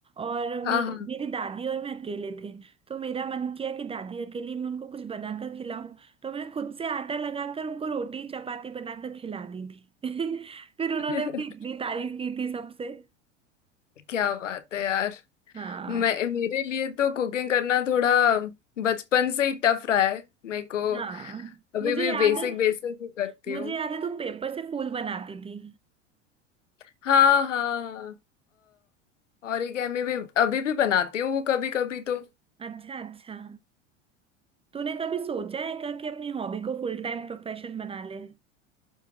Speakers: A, on the right (about 15°); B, on the left (about 75°).
A: और मे,
B: हाँ हाँ
A: मेरी दादी और मैं अकेले थे तो मेरा मन किया कि दादी अकेली मैं उनको कुछ बनाकर खिलाऊं तो मैंने खुद से आटा लगाकर उनको रोटी चपाती बनाकर खिला दी थी <laughs> फिर उन्होंने
B: <laughs>
A: मेरी इतनी तारीफ की थी सबसे
B: क्या बात है यार
A: हाँ
B: मैं मेरे लिए तो कुकिंग करना थोड़ा बचपन से ही टफ रहा है मेरे को
A: हाँ
B: अभी
A: मुझे
B: भी
A: याद
B: बेसिक
A: है
B: बेसिक ही करती
A: मुझे
B: हूँ
A: याद है तू पेपर से फूल बनाती थी
B: हाँ हाँ अ, ओरिगेमी भी अभी भी बनाती हूँ वो कभी कभी तो
A: अच्छा अच्छा तूने कभी सोचा है क्या कि अपनी हॉबी को फुल टाइम प्रोफेशन बना ले